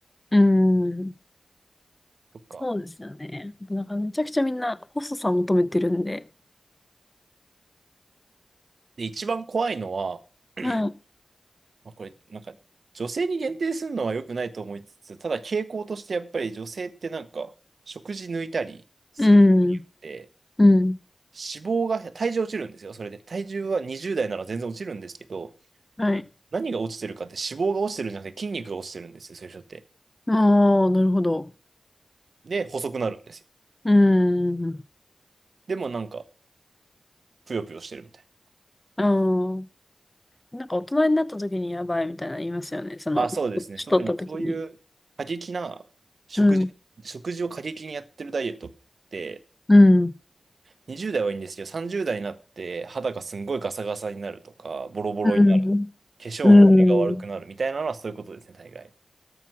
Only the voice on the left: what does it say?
うん。
そうですよね。<laughs> なんかめちゃくちゃみんな細さ求めてるんで。
はい。
うん。うん。
はい。
ああ、なるほど。
うん。うん
ああ。なんか大人になった時にやばいみたいなの言いますよね。その、
年取った時に。
うん。
うん。
うん。
うん。